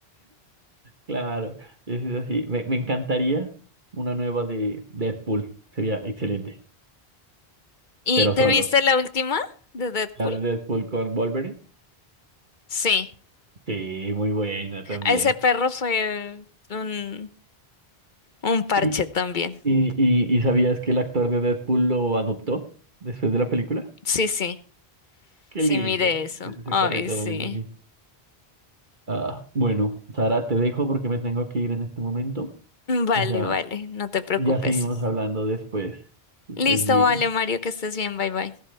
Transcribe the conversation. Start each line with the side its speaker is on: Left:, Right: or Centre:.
Right: Claro, es así. Me, me encantaría una nueva de Deadpool. Sería excelente,
Left: ¿Y
Right: pero
Left: te
Right: solo.
Left: viste la última de Deadpool?
Right: La de Deadpool con Wolverine.
Left: Sí.
Right: Sí, muy buena también.
Left: Ese perro fue un, un parche
Right: ¿Y,
Left: también.
Right: y, y, y sabías que el actor de Deadpool lo adoptó después de la película?
Left: Sí, sí,
Right: Qué
Left: sí,
Right: lindo.
Left: mire eso.
Right: Ese
Left: Ay,
Right: perrito
Left: sí.
Right: muy bonito. Ah, bueno, Sara, te dejo porque me tengo que ir en este momento.
Left: Vale,
Right: Ya,
Left: vale, no te preocupes.
Right: ya seguimos hablando después. Que
Left: Listo,
Right: Estés bien.
Left: vale, Mario, que estés bien, bye bye.